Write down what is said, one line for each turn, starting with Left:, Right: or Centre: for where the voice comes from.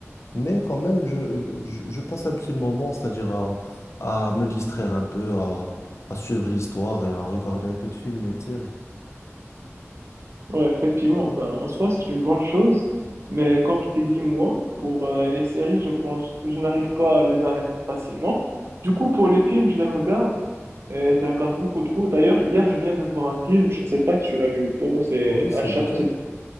Left: Mais quand même, je, je, je passe un petit moment, c'est-à-dire à, à me distraire un peu, à, à suivre l'histoire et à regarder un peu de films et de séries.
Right: Ouais, effectivement, ben, en soi, c'est une bonne chose, mais comme je t'ai dit, moi, pour euh, les séries, je pense que je n'arrive pas à les arrêter facilement. Du coup, pour les films, je les regarde, et je les regarde beaucoup trop. D'ailleurs, hier, je viens de voir un film, je ne sais pas si tu l'as vu ou pas, c'est
Left: Oui, c'est
Right: Uncharted.
Left: lequel?